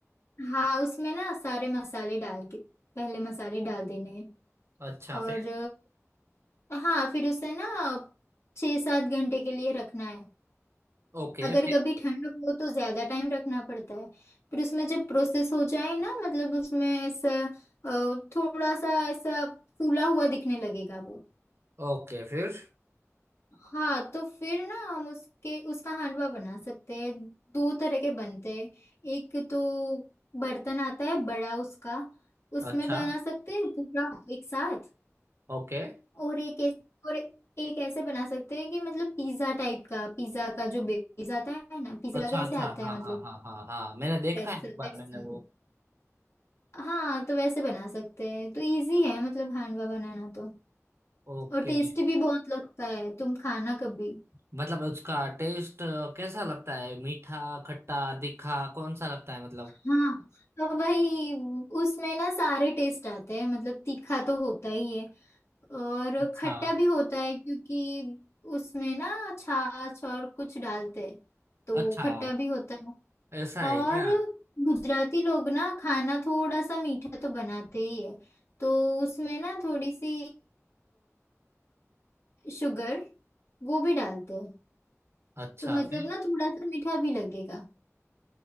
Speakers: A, on the left (about 55°); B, on the right (about 55°).
A: हाँ उसमें ना सारे मसाले डाल के पहले मसाले डाल देने हैं
B: अच्छा
A: और
B: फिर
A: अ, हाँ फिर उसे ना छः सात घंटे के लिए रखना है
B: ओके
A: अगर
B: फिर
A: कभी ठंड हो तो ज्यादा टाइम रखना पड़ता है फिर उसमें जब प्रोसेस हो जाए ना मतलब उसमें ऐसा अ, थोड़ा सा ऐसा फूला हुआ दिखने लगेगा वो
B: ओके फिर
A: हाँ तो फिर ना हम उसके उसका हांडवा बना सकते हैं दो तरह के बनते हैं एक तो बर्तन आता है बड़ा उसका उसमें
B: अच्छा
A: बना सकते हैं पूरा एक साथ
B: ओके
A: और एक ऐस- और एक ऐसे बना सकते हैं कि मतलब पिज्जा टाइप का पिज्जा का जो बेस आता है ना पिज्जा
B: अच्छा
A: कैसे
B: अच्छा
A: आता है
B: हाँ
A: मतलब
B: हाँ हाँ हाँ हाँ मैंने देखा
A: वैसे
B: है एक बार
A: वैसे
B: मैंने वो
A: हाँ तो वैसे बना सकते हैं तो इजी है मतलब हांडवा बनाना तो
B: ओके
A: और टेस्टी भी बहुत लगता है तुम खाना कभी
B: मतलब उसका टेस्ट कैसा लगता है मीठा खट्टा तीखा कौन सा लगता है मतलब
A: हाँ तो वही उसमें ना सारे टेस्ट आते हैं मतलब तीखा तो होता ही है और
B: अच्छा
A: खट्टा भी होता है क्योंकि उसमें ना छाछ और कुछ डालते हैं तो
B: अच्छा
A: वो खट्टा भी होता है
B: ऐसा है
A: और
B: क्या
A: गुजराती लोग ना खाना थोड़ा सा मीठा तो बनाते ही है तो उसमें ना थोड़ी सी शुगर वो भी डालते हैं
B: अच्छा
A: तो मतलब
B: फिर
A: ना थोड़ा सा मीठा भी लगेगा